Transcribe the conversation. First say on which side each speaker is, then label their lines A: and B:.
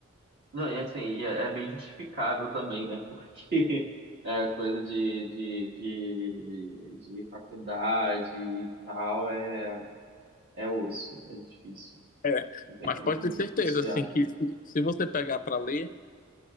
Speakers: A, on the right; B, on the left.
A: Não, é assim, e é, é bem justificável também, né? Porque <laughs> é coisa de, de, de, de faculdade e tal, é, é osso, é difícil.
B: É,
A: Não tem
B: mas
A: como,
B: pode
A: como
B: ter certeza,
A: conciliar.
B: assim, que se, se você pegar pra ler,